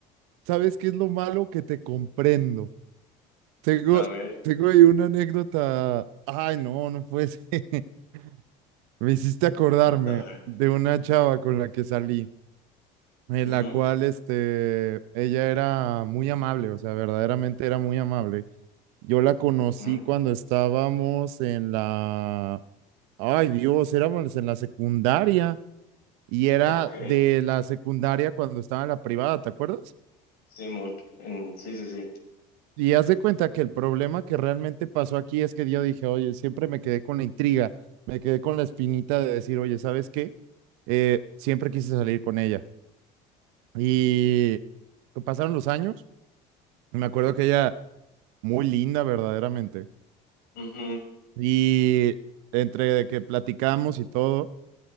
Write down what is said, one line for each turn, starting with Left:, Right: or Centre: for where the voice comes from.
Right: ¿sabes qué es lo malo? Que te comprendo. Tengo,
Left: A ver,
Right: tengo ahí una anécdota. Ay, no, no puede ser. <laughs> Me hiciste acordarme
Left: ahorita a ver.
Right: de una chava con la que salí, en
Left: Ujú,
Right: la cual, este, ella era muy amable, o sea, verdaderamente era muy amable. Yo la conocí
Left: ujú.
Right: cuando estábamos en la, ay Dios, éramos en la secundaria. y era
Left: Ok.
Right: de la secundaria cuando estaba en la privada, ¿te acuerdas?
Left: Simón, en, sí, sí, sí.
Right: Y haz de cuenta que el problema que realmente pasó aquí es que yo dije, oye, siempre me quedé con la intriga, me quedé con la espinita de decir, oye, ¿sabes qué? Eh, siempre quise salir con ella. Y pasaron los años, y me acuerdo que ella, muy linda verdaderamente,
Left: Ujú,
Right: y entre de que platicamos y todo,